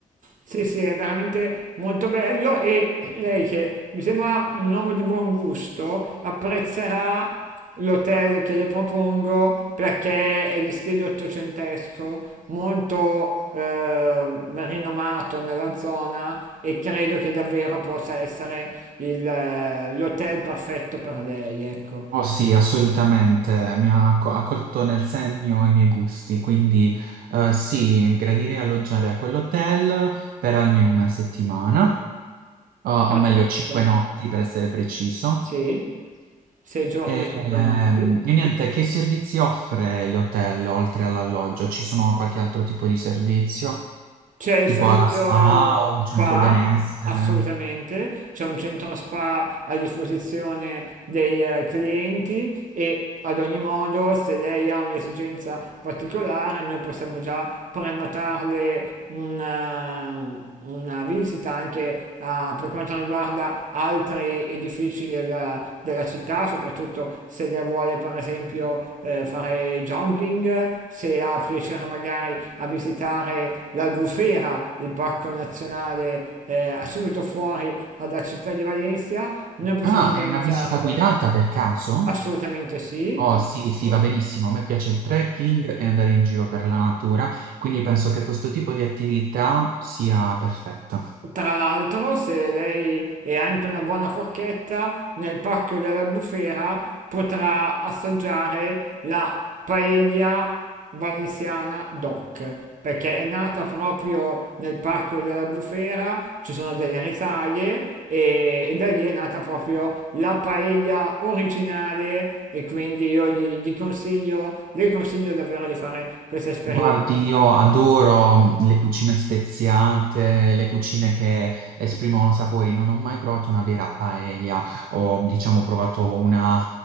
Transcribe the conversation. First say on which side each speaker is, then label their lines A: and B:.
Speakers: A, on the right; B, on the right.
A: Sì, sì, è veramente molto bello e lei che mi sembra un uomo di buon gusto apprezzerà l'hotel che le propongo perché è di stile ottocentesco, molto eh, rinomato nella zona e credo che davvero possa essere il, eh, l'hotel perfetto per lei, ecco.
B: Oh sì, assolutamente, mi ha co- ha colto nel segno i miei gusti, quindi eh, sì, gradirei alloggiare a quell'hotel per almeno una settimana. o
A: Perfetto.
B: o meglio cinque notti per essere preciso.
A: Sì, sei giorni
B: E,
A: e cinque
B: ehm,
A: notti.
B: e niente, che servizi offre gli hotel oltre all'alloggio? Ci sono qualche altro tipo di servizio?
A: C'è il
B: Tipo
A: servizio
B: alla spa o un
A: spa,
B: centro benessere?
A: assolutamente, c'è un centro spa a disposizione dei eh, clienti e ad ogni modo, se lei ha un'esigenza particolare, noi possiamo già prenotarle una, una visita anche ah, per quanto riguarda altri edifici della, della città, soprattutto se lei vuole per esempio eh, fare jogging, se ha piacere magari a visitare l'Albufera, il parco nazionale eh, subito fuori dalla città di Valencia, noi possiamo
B: Ah,
A: organizzarlo.
B: è una visita guidata per caso?
A: Assolutamente sì.
B: Oh sì, sì,
A: Pu-
B: va benissimo. A me piace il trekking e andare in giro per la natura, quindi penso che questo tipo di attività sia perfetta.
A: Tra l'altro, se lei è anche una buona forchetta, nel Parco della Bufera potrà assaggiare la paella valenziana DOC, perché è nata proprio nel Parco della Bufera, ci sono delle risaie e, e da lì è nata proprio la paella originale e quindi io gli, gli consiglio, le consiglio davvero di fare questa esperienza.
B: Guardi, io adoro mm, le cucine speziate, le cucine che esprimono sapori. Non ho mai provato una vera paella, ho diciamo provato una